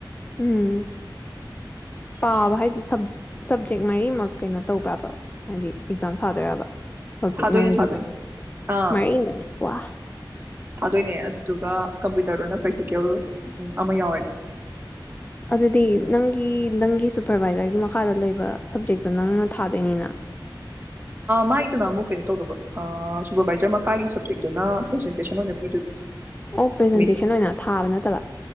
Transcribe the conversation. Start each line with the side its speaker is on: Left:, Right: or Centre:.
Left: ꯎꯝ ꯄꯥꯕ ꯍꯥꯏꯁꯦ ꯁꯞꯖꯦꯛ ꯃꯔꯤꯃꯛ ꯀꯩꯅꯣ ꯇꯧꯕ꯭ꯔꯥꯕ ꯍꯥꯏꯗꯤ ꯑꯦꯛꯖꯥꯝ ꯊꯥꯗꯣꯏꯔꯕ ꯍꯧꯖꯤꯛ
Right: ꯊꯥꯗꯣꯏꯅꯦ
Left: ꯅꯪꯒꯤꯗ
Right: ꯊꯥꯗꯣꯏꯅꯦ ꯑꯥ
Left: ꯃꯔꯤꯅ ꯋꯥ
Right: ꯊꯥꯗꯣꯏꯅꯦ ꯑꯗꯨꯗꯨꯒ ꯀꯝꯄ꯭ꯌꯨꯇꯔꯗꯨꯅ ꯄ꯭ꯔꯦꯛꯇꯤꯀꯦꯜ ꯑꯃ ꯌꯥꯎꯔꯦ
Left: ꯑꯗꯨꯗꯤ ꯅꯪꯒꯤ ꯅꯪꯒꯤ ꯁꯨꯄꯔꯚꯥꯏꯖꯔꯒꯤ ꯃꯈꯥꯗ ꯂꯩꯕ ꯁꯕꯖꯦꯛꯇꯣ ꯅꯪꯅ ꯊꯥꯗꯣꯏꯅꯤꯅ
Right: ꯃꯥꯏꯗꯅ ꯑꯃꯨꯛ ꯀꯩꯅꯣ ꯇꯧꯗꯕ ꯁꯨꯄꯔꯕꯥꯏꯖꯔ ꯃꯈꯥꯒꯤ ꯁꯞꯖꯦꯛꯇꯨꯅ ꯄ꯭ꯔꯖꯦꯟꯇꯦꯁꯟ ꯑꯣꯏꯅ ꯄꯤꯗꯣꯏ
Left: ꯑꯣ ꯄ꯭ꯔꯖꯦꯟꯇꯦꯁꯟ
Right: ꯃꯤꯠ
Left: ꯑꯣꯏꯅ ꯊꯥꯕ ꯅꯠꯇꯕ